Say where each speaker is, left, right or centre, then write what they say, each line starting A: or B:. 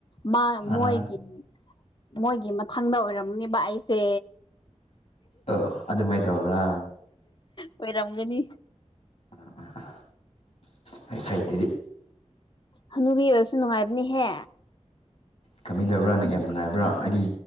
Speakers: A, on the left; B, on the left.
A: ꯃꯥ
B: ꯑꯥ
A: ꯃꯣꯏꯒꯤ ꯃꯣꯏꯒꯤ ꯃꯊꯪꯗ ꯑꯣꯏꯔꯝꯅꯦꯕ ꯑꯩ ꯁꯦ
B: ꯑꯣ ꯑꯗꯨꯃꯥꯏꯅ ꯇꯧꯕ꯭ꯔꯥ
A: ꯑꯣꯏꯔꯝꯒꯅꯤ
B: ꯑ ꯑ ꯑ ꯐꯩ ꯐꯩ ꯗꯨꯗꯤ
A: ꯍꯅꯨꯕꯤ ꯑꯣꯏꯔꯁꯨ ꯅꯨꯡꯉꯥꯏꯕꯅꯤꯍꯦ
B: ꯀꯃꯤ ꯇꯧꯕ꯭ꯔꯥ ꯅꯛ ꯌꯥꯝ ꯅꯨꯡꯉꯥꯏꯕ꯭ꯔꯥ ꯑꯩꯗꯤ